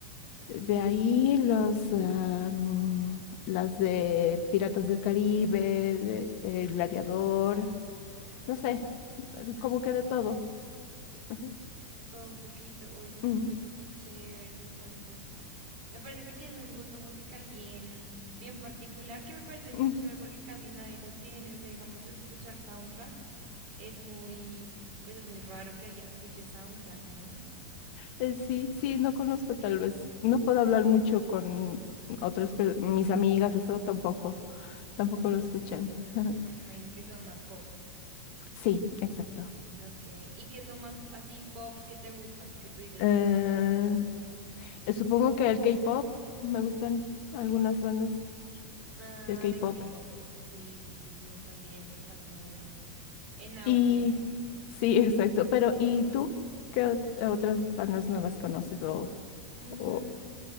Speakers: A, on the left; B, on the right.
A: De ahí los, ah, mm, las de Piratas del Caribe, de- eh, Gladiador, no sé, eh, como que de todo. Ajá.
B: todo un poquito. Oye, no,
A: Mm,
B: pero muy chévere, me parece. Me parece que tienes un gusto musical bien, bien particular, que me parece
A: mm.
B: muy chévere porque casi nadie lo tiene. O sea, digamos, escuchar soundtracks es muy, pues es muy raro que alguien escuche soundtracks, ¿no?
A: Eh, sí, sí, no conozco tal vez, no puedo hablar mucho con otras, per- mis amigas, eso tampoco, tampoco lo escuchan. <laughs>
B: No, me imagino que son más pop.
A: Sí, exacto.
B: Ok. ¿Y qué es lo más así pop que te gusta? Que tú dices,
A: Eh,
B: bueno, eso puede ser pop.
A: eh, supongo que el K-pop, me gustan algunas bandas
B: Ah,
A: de K-pop.
B: de K-pop. Sí, sí, sí, sí, están bien, están bien en auge.
A: Y sí, <laughs> exacto. Pero ¿y tú qué ot- otras bandas nuevas conoces o,
B: Mm,
A: o